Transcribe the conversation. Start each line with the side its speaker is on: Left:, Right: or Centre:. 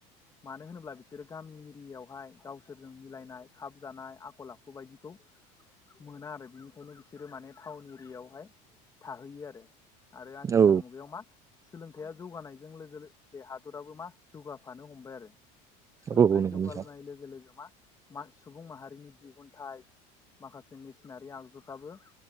Left: मानो होनोब्ला बिसोरो गामि एरियायावहाय गावसोरजों मिलायनाय खाब जानाय आखल आखु बायदिखौ मोना आरो बिनिखायनो बिसोरो माने टाउन एरियायावहाय थाहैयो आरो आरो
Right: औ
Left: साल मुगायाव मा सोलोंथायाइया जौगानायजों लोगोसे हादराबो मा जौगाफानो हमबाय आरो।
Right: औ
Left: सोलोंथाइ
Right: नंगौ नोंथां
Left: जौगालोनाय लोगो लोगो मा? सुबुं माहारिनि दिहुनथाइ माखासे मेसिनारि आगजुफ्राबो